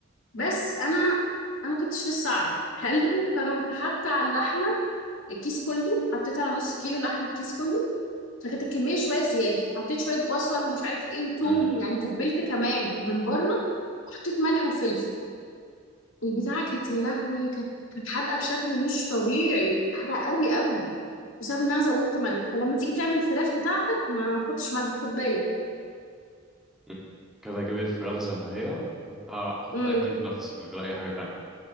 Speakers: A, on the left (about 70°); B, in the centre.
A: بس أنا أنا كنتش لسه أعرف حلو فرحت حاطة على اللحمة الكيس كله حطيت على نص كيلو لحمة الكيس كله فكانت الكميه شويه زياده حطيت شويه بصل ومش عارف ايه وتوم
B: مم.
A: يعني تبلت كمان من بره حطيت ملح وفلفل البتاعه كانت يا لهوي كانت كانت حادقه بشكل مش طبيعي كانت حادقه قوي قوي بسبب ان انا زودت ملح فلما تيجي تعمل الفراخ بتاعتك ما تحطش ملح خد بالك
B: مم. كده اجيب الفراخ زي ما هي احطها احط
A: امم
B: عليها الكيس بس من غير اي حاجه تانية